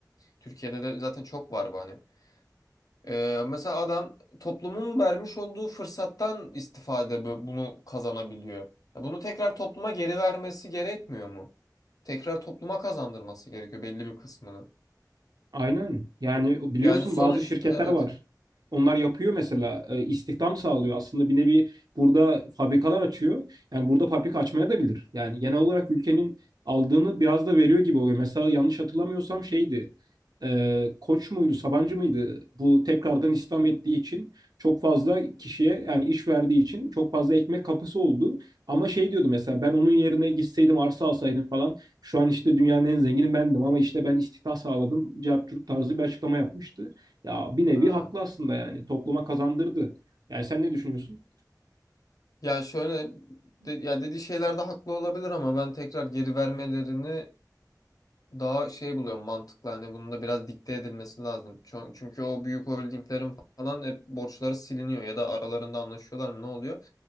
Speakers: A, on the left (about 55°); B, on the right (about 65°).
A: Türkiye'de de zaten çok var bu hani Ee, mesela adam toplumun vermiş olduğu fırsattan istifade bu- bunu kazanabiliyor. Ya Bunu tekrar topluma geri vermesi gerekmiyor mu? Tekrar topluma kazandırması gerekiyor belli bir kısmını.
B: Aynen. Yani biliyorsun
A: Yani sonuç
B: bazı şirketler
A: evet.
B: var. Onlar yapıyor mesela e, istihdam sağlıyor. Aslında bir nevi burada fabrikalar açıyor. Yani burada fabrika açmaya da bilir. Yani genel olarak ülkenin aldığını biraz da veriyor gibi oluyor. Mesela yanlış hatırlamıyorsam şeydi. e, Koç muydu, Sabancı mıydı? Bu tekrardan istihdam ettiği için çok fazla kişiye yani iş verdiği için çok fazla ekmek kapısı oldu. Ama şey diyordu mesela ben onun yerine gitseydim arsa alsaydım falan şu an işte dünyanın en zengini bendim ama işte ben istihdam sağladım. Cevap tarzı bir açıklama yapmıştı. Ya bir nevi
A: Ha.
B: haklı aslında yani topluma kazandırdı. Yani sen ne düşünüyorsun?
A: Ya şöyle de- ya dediği şeylerde haklı olabilir ama ben tekrar geri vermelerini daha şey buluyorum mantıklı hani bunun da biraz dikte edilmesi lazım. Ço- Çünkü o büyük holdinglerin falan hep borçları siliniyor ya da aralarında anlaşıyorlar mı ne oluyor?